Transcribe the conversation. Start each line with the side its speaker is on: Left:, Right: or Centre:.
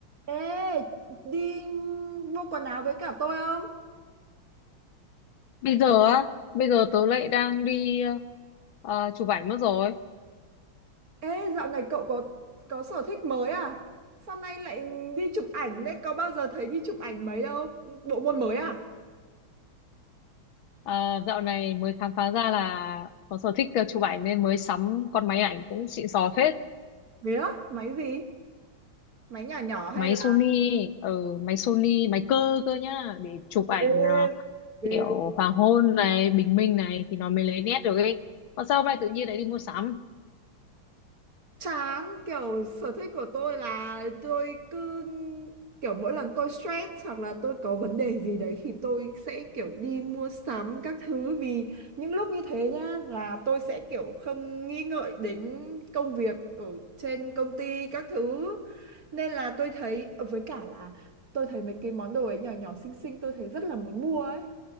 Right: Ê, đi mua quần áo với cả tôi không?
Left: Bây giờ á, bây giờ tớ lại đang đi ờ, chụp ảnh mất rồi.
Right: Ê, dạo này cậu có có sở thích mới à? Sao nay lại đi chụp ảnh đấy? Có bao giờ thấy đi chụp ảnh mấy đâu? Bộ môn mới à?
Left: À, dạo này mới khám phá ra là có sở thích ờ, chụp ảnh nên mới sắm con máy ảnh cũng xịn sò phết.
Right: Thế á? Máy gì? Máy nhỏ nhỏ hay
Left: Máy
Right: là...
Left: Sony, ở máy Sony, máy cơ cơ nhá, để chụp ảnh
Right: Ghê,
Left: ờ,
Right: ghê
Left: kiểu hoàng hôn này, bình minh này thì nó mới lấy nét được ấy. Còn sao hôm nay tự nhiên lại đi mua sắm?
Right: chán kiểu sở thích của tôi là tôi cứ kiểu mỗi lần tôi stress hoặc là tôi có vấn đề gì đấy thì tôi sẽ kiểu đi mua sắm các thứ vì những lúc như thế nhá là tôi sẽ kiểu không nghĩ ngợi đến công việc ở trên công ty các thứ nên là tôi thấy ờ, với cả là tôi thấy mấy cái món đồ ấy nhỏ nhỏ xinh xinh tôi thấy rất là muốn mua ấy